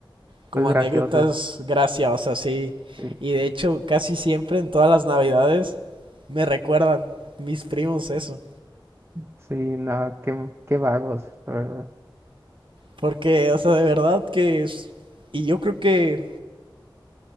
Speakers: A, on the right; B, on the right.
A: Como
B: pues graciosas.
A: anécdotas graciosas, sí.
B: Sí,
A: Y de hecho casi siempre en todas las navidades me recuerdan mis primos eso.
B: sí, no, qué, qué vagos, la verdad.
A: Porque, o sea, de verdad que es... Y yo creo que